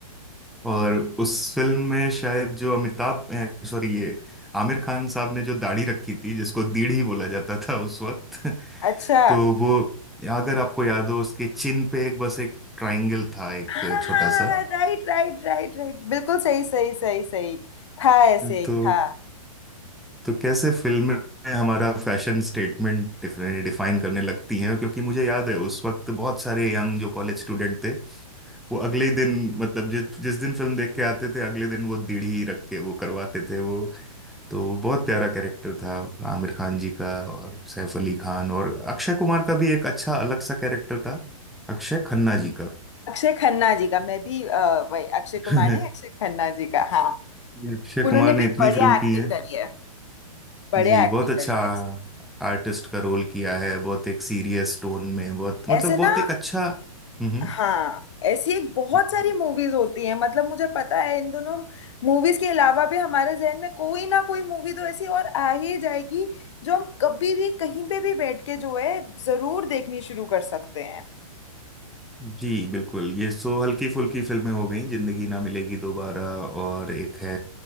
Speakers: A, in the centre; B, on the left.
A: और उस फिल्म में शायद जो अमिताभ सॉरी ये आमिर खान साहब ने जो दाढ़ी रखी थी जिसको दीढ़ी बोला जाता था उस वक्त <laughs>
B: अच्छा
A: तो वो अगर आपको याद हो उसके चिन पे एक बस एक ट्रायंगल था एक
B: हाँ
A: छोटा सा
B: राइट राइट राइट राइट बिल्कुल सही सही सही सही था ऐसे एक
A: तो
B: था
A: तो कैसे फिल्में हमारा फैशन स्टेटमेंट डिफाइन करने लगती हैं क्योंकि मुझे याद है उस वक्त बहुत सारे यंग जो कॉलेज स्टूडेंट थे वो अगले ही दिन मतलब जिस जिस दिन फिल्म देख के आते थे अगले दिन वो दीढ़ी ही रख के वो करवाते थे वो तो वो बहुत प्यारा कैरेक्टर था आमिर खान जी का और सैफ अली खान और अक्षय कुमार का भी एक अच्छा अलग सा कैरेक्टर था अक्षय खन्ना जी का
B: अक्षय खन्ना जी का मैं भी अ, वही अक्षय कुमार
A: <laughs>
B: ने अक्षय खन्ना जी का हाँ
A: अक्षय
B: उन्होंने
A: कुमार ने
B: भी
A: इतनी
B: बढ़िया
A: फिल्म की
B: एक्टिंग
A: है
B: करी है बढ़िया
A: जी
B: एक्टिंग
A: बहुत अच्छा
B: करी है
A: आर्टिस्ट का रोल किया है बहुत एक सीरियस टोन में बहुत
B: ऐसे
A: मतलब बहुत
B: ना
A: एक अच्छा हम्म
B: हाँ ऐसी एक बहुत
A: हम्म।
B: सारी मूवीज होती हैं मतलब मुझे पता है इन दोनों मूवीज के अलावा भी हमारे जहन में कोई ना कोई मूवी तो ऐसी और आ ही जाएगी जो हम कभी भी कहीं पे भी बैठ के जो है जरूर देखनी शुरू कर सकते हैं
A: जी बिल्कुल ये सो हल्की फुल्की फिल्में हो गई जिंदगी ना मिलेगी दोबारा और एक है